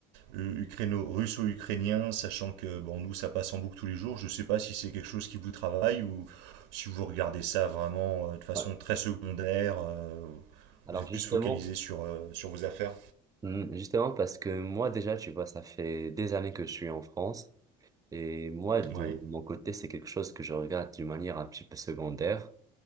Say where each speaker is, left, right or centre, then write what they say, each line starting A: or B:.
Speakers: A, on the right; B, on the right.
A: ukraino, russo-ukrainien, sachant que bon nous ça passe en boucle tous les jours, je sais pas si c'est quelque chose qui vous travaille ou si vous regardez ça vraiment euh, de façon
B: Ouais.
A: très secondaire, euh,
B: Alors
A: vous êtes
B: justement,
A: plus focalisé sur, euh, sur vos affaires.
B: hmm, justement parce que moi déjà, tu vois, ça fait des années que je suis en France et moi de
A: Ouais,
B: mon côté, c'est quelque chose que je regarde d'une manière un petit peu secondaire.